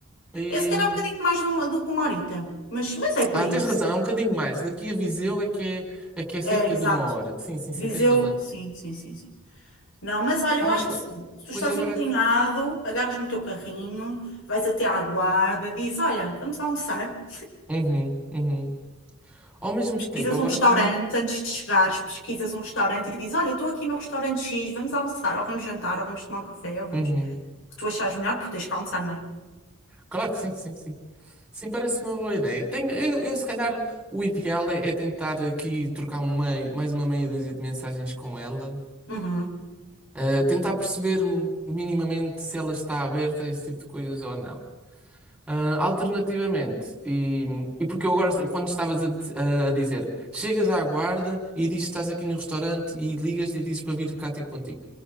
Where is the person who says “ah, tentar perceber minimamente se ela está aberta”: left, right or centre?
Centre